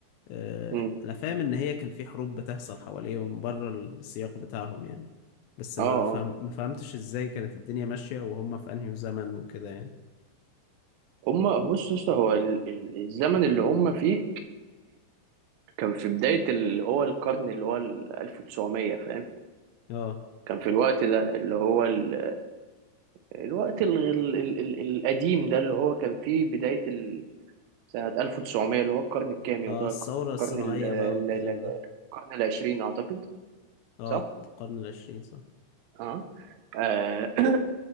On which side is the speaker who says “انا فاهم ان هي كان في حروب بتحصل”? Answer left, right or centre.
Left